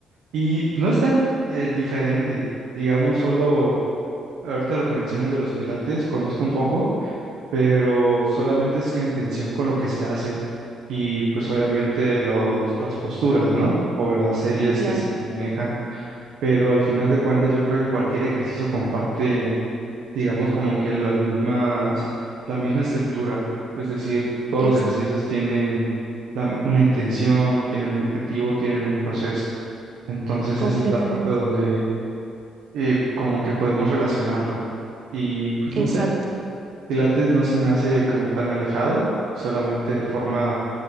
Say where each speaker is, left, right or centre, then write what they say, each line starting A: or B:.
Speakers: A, on the right (about 80°); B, on the right (about 55°).
A: Y no es tan eh, diferente, digamos, solo Ahorita lo que mencionas de los pilates, conozco un poco, pero solamente es la intención con lo que se hace y pues obviamente los, las posturas, ¿no? O las series
B: claro,
A: que se manejan, pero al final de cuentas yo creo que cualquier ejercicio comparte, digamos, como que las mismas, la misma estructura, es decir, todos
B: esa,
A: los ejercicios tienen la- una intención, tienen un objetivo, tienen un proceso. Entonces
B: completamente.
A: esa es la parte donde eh, como que podemos relacionarlo. Y pues no
B: Exacto,
A: sé, Pilates no se me hace como tan alejado, solamente de forma